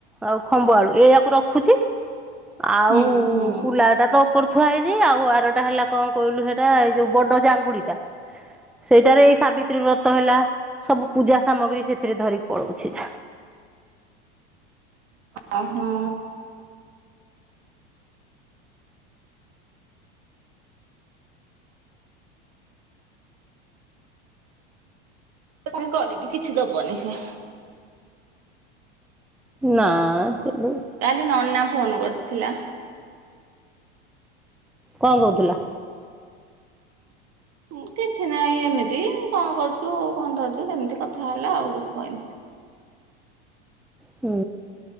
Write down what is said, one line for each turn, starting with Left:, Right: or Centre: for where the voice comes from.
Centre: ଆଉ ଖମ୍ବ ଆଳୁ, ଏଇଆକୁ ରଖୁଛି। ଆଉ
Right: ହୁଁ ହୁଁ
Centre: କୁଲା ଟା ତ ଉପରେ ଥୁଆ ହେଇଛି। ଆଉ ଆରଟା ହେଲା, କଣ କହିଲୁ ହେଲେ? ଟା, ଏଇ ଯୋଉ ବଡ ଚାଙ୍ଗୁଡିଟା। ସେଇଟାରେ ଏଇ ସାବିତ୍ରୀ ବ୍ରତ ହେଲା, ସବୁ ପୂଜା ସାମଗ୍ରୀ ସେଥିରେ ଧରିକି ପଳଉଚି ସିଧା।
Right: ହଁ ହଁ। କଣ କରିକି, କିଛି ଦବନି ସେ।
Centre: ନା। ସେ ଦଉଛି
Right: କାଲି ନନା ଫୋନ କରିଥିଲା।
Centre: କଣ କହୁଥିଲା?
Right: ହୁଁ, କିଛି ନାହିଁ, ଏମିତି କଣ କରୁଛୁ ଆଉ କଣ ଧରିଛୁ ଏମିତି କଥା ହେଲା। ଆଉ କିଛି କହିନି।
Centre: ହୁଁ।